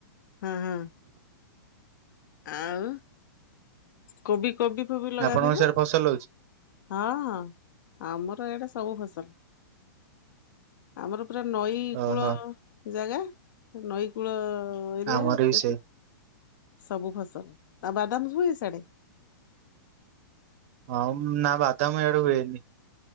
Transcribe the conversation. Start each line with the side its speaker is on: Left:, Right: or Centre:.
Left: ହୁଁ ହୁଁ। ଆଉ କୋବି କୋବି ଫୋବି ଲଗାନ୍ତି
Right: ଆପଣଙ୍କ
Left: ନା?
Right: ସିଆଡେ ଫସଲ ହଉଛି?
Left: ହଁ ଆମର ଆଡ଼େ ସବୁ ଫସଲ। ଆମର ପୁରା ନଈ
Right: ଓହୋ
Left: କୂଳ ଜାଗା ନଈକୂଳ ଏରିଆ
Right: ଆମର ବି
Left: ସେଠି
Right: ସେ
Left: ସବୁ ଫସଲ ଆଉ ବାଦାମ ହୁଏ ସିଆଡ଼େ?
Right: ଉମ ନା ବାଦାମ ଏଡ଼େ ହୁଏନି।